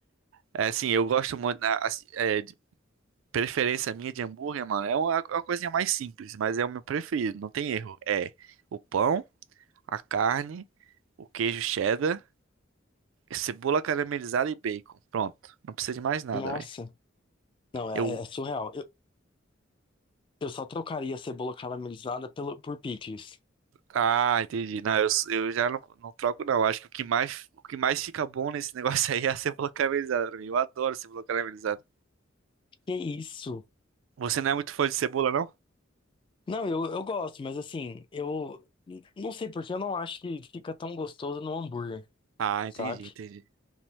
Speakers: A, on the right; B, on the left.
A: É, assim, eu gosto muito, né, assim, é, Preferência minha de hambúrguer, mano, é uma, é uma coisinha mais simples, mas é o meu preferido, não tem erro. É o pão, a carne, o queijo cheddar, cebola caramelizada e bacon. Pronto, não precisa de mais nada,
B: Nossa.
A: velho.
B: Não, é,
A: Eu,
B: é é surreal. Eu, eu só trocaria a cebola caramelizada pelo, por picles.
A: ah, entendi. Não, eu, eu já não, não troco não. Acho que o que mais, o que mais fica bom nesse <laughs> negócio aí é a cebola caramelizada pra mim. Eu adoro cebola caramelizada.
B: Que isso?
A: Você não é muito fã de cebola, não?
B: Não, eu, eu gosto, mas assim, eu n- não sei porque eu não acho que fica tão gostoso no hambúrguer,
A: Ah, entendi,
B: sabe?
A: entendi.